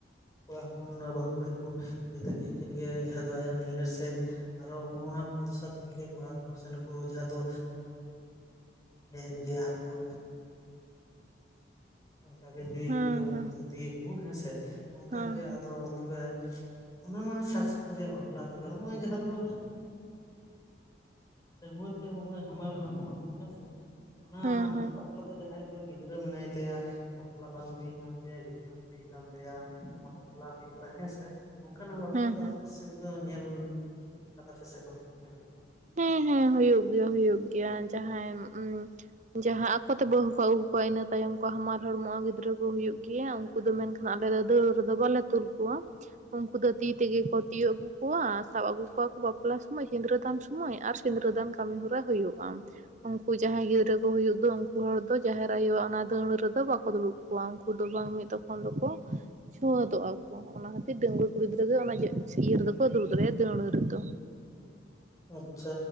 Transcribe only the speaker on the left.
ᱠᱚᱲᱟ ᱦᱚᱯᱚᱱ ᱵᱟᱹᱦᱩ ᱠᱩᱲᱤ ᱠᱚ ᱵᱤᱫᱟᱹᱭ ᱠᱮᱫ ᱩᱱᱠᱤᱱ ᱜᱮ ᱡᱟᱦᱟᱸ ᱫᱚ ᱟᱭᱟᱜ ᱱᱟᱹᱭᱦᱟᱹᱨ ᱥᱮᱡ ᱟᱨ ᱦᱚᱸ ᱚᱱᱟ ᱫᱚᱥᱟᱨ ᱫᱤᱱᱜᱮ ᱠᱚᱲᱟ ᱦᱚᱯᱚᱱ ᱥᱮᱱ ᱦᱚᱸ ᱠᱚ ᱡᱟᱦᱟᱸ ᱫᱚ ᱦᱮᱡ ᱮᱱ ᱜᱮᱭᱟ ᱟᱨ ᱠᱚ ᱚᱱᱠᱟ ᱜᱮ ᱧᱩᱭᱟᱠᱚ
ᱡᱚᱢᱟᱠᱚ
ᱛᱷᱩᱛᱤᱭᱟᱠᱚ ᱦᱮᱸᱥᱮ ᱚᱱᱠᱟ
ᱜᱮ ᱟᱫᱚ ᱛᱚᱵᱮ ᱚᱱᱟ ᱢᱟ ᱥᱟᱨ ᱥᱟᱹᱜᱩᱱ ᱨᱮᱭᱟᱜ ᱵᱟᱯᱞᱟ ᱛᱚᱵᱮ ᱦᱚᱸᱜᱼᱚᱭ ᱡᱟᱦᱟᱸ ᱫᱚ ᱰᱟᱹᱝᱜᱩᱣᱟᱹ ᱛᱮ ᱦᱚᱸᱜᱼᱚᱭ ᱦᱟᱢᱟᱞ ᱦᱚᱲᱢᱚᱜ ᱟᱠᱚ ᱦᱮᱸ ᱥᱮ ᱚᱱᱟ
ᱵᱟᱯᱞᱟ ᱫᱚ ᱡᱟᱦᱟᱸᱭ ᱫᱚ ᱜᱤᱫᱽᱨᱟᱹ ᱢᱮᱱᱟᱭ ᱛᱟᱭᱟ ᱵᱟᱯᱞᱟ ᱵᱟᱝ ᱦᱩᱭ ᱟᱠᱟᱱ ᱛᱟᱭᱟ ᱜᱤᱫᱽᱨᱟᱹ ᱦᱩᱭ ᱟᱠᱟᱱ ᱛᱟᱭᱟ ᱟᱨ ᱵᱟᱯᱞᱟ ᱦᱩᱭᱩᱜᱼᱟ ᱦᱮᱸ ᱥᱮ ᱚᱱᱠᱟᱱᱟᱜ ᱵᱟᱯᱞᱟ
ᱫᱚ
ᱟᱯᱮ ᱥᱮᱫ ᱫᱚ ᱧᱮᱞ ᱠᱟᱫᱟ ᱯᱮ ᱥᱮ ᱵᱟᱝᱯᱮ ᱧᱮᱞ ᱟᱠᱟᱫᱟ
ᱟᱪᱷᱟ